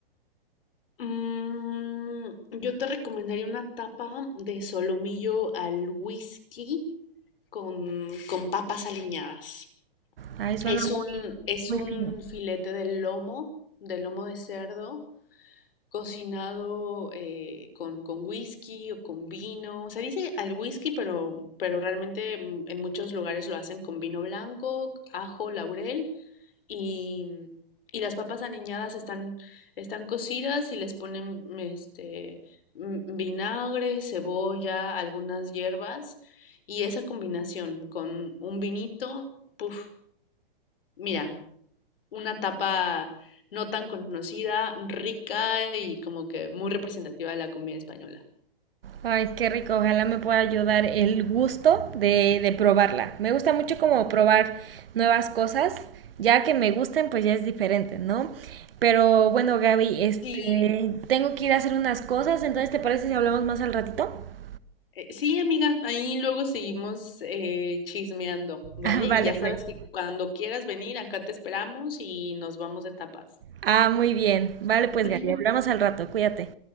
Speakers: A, on the left; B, on the right.
A: Mm, yo te recomendaría una tapa de solomillo al whisky con, con papas aliñadas.
B: Ay, suena
A: Es
B: muy,
A: un, es
B: muy
A: un
B: fino.
A: filete de lomo, de lomo de cerdo, cocinado eh, con, con whisky o con vino. Se dice al whisky, pero, pero realmente mm, en muchos lugares lo hacen con vino blanco, ajo, laurel y, mm, y las papas aniñadas están, están cocidas y les ponen mm, este, mm, vinagre, cebolla, algunas hierbas y esa combinación con un vinito, puff, mira una tapa no tan conocida, rica y como que muy representativa de la comida española.
B: Ay, qué rico, ojalá me pueda ayudar el gusto de, de probarla. Me gusta mucho como probar nuevas cosas, ya que me gusten, pues ya es diferente, ¿no? Pero bueno, Gaby, este,
A: Sí.
B: tengo que ir a hacer unas cosas, entonces ¿te parece si hablamos más al ratito? <laughs>
A: Eh, Sí, amiga, ahí luego seguimos eh, chismeando, ¿vale?
B: Ah, Vale,
A: Y ya sabes
B: pues.
A: que cuando quieras venir, acá te esperamos y nos vamos de tapas.
B: Ah, muy bien. Vale, pues
A: <laughs>
B: Gaby, hablamos al rato, cuídate.